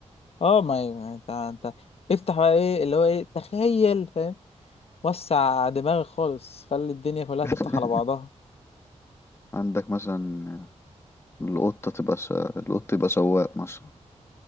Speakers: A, on the left; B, on the left.
A: اه ما هي ما انت انت افتح بقى ايه اللي هو ايه تخيل فاهم وسع دماغك خالص خلي الدنيا كلها
B: <laughs>
A: تفتح على بعضها
B: عندك مثلا القطة تبقى س... القط يبقى سواق مثلا